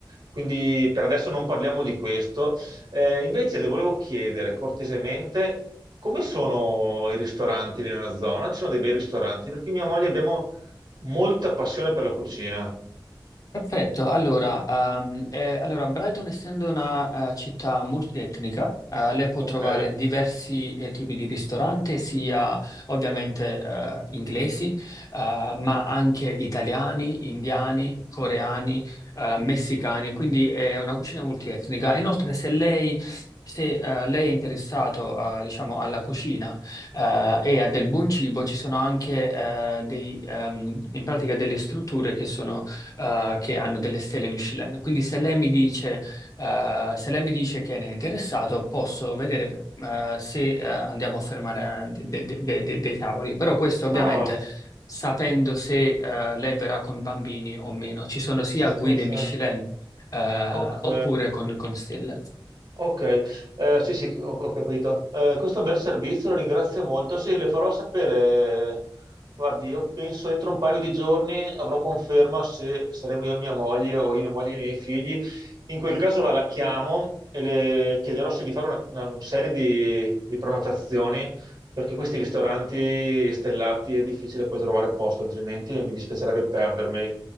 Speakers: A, on the right; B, on the left.
A: Quindi per adesso non parliamo di questo. Eh, invece le volevo chiedere cortesemente come sono i ristoranti lì nella zona? Ci sono dei bei ristoranti perché mia moglie abbiamo molta passione per la cucina.
B: Perfetto, allora, ehm, eh, allora, Brighton essendo una eh, città multietnica, eh, lei può
A: Ok.
B: trovare diversi eh, tipi di ristoranti, sia ovviamente eh, inglesi, eh, ma anche italiani, indiani, coreani, eh, messicani, quindi è una cucina multietnica. Inoltre, se lei, se, eh, lei è interessato eh, diciamo, alla cucina eh, e a del buon cibo, ci sono anche eh, dei, ehm, in pratica delle strutture che sono eh, che hanno delle stelle Michelin. Quindi se lei mi dice, eh, se lei mi dice che ne è interessato, posso vedere, eh, se, eh, andiamo a fermare eh, de- de- de- de- dei tavoli. Però questo ovviamente
A: Ah,
B: sapendo se, eh, lei verrà con bambini o meno. Ci sono sia
A: sì,
B: guide
A: sì.
B: Michelin, eh,
A: Ok.
B: oppure con, con stelle.
A: Ok. Eh, sì, sì, ho, ho capito. Eh, questo è un bel servizio, la ringrazio molto. Sì, le farò sapere. Guardi, io penso entro un paio di giorni avrò conferma se saremo io e mia moglie o io, mia moglie e i miei figli. In quel caso la, la chiamo e le chiederò se di fare una, una serie di, di prenotazioni perché questi ristoranti stellati è difficile poi trovare posto, altrimenti mi dispiacerebbe perdermi.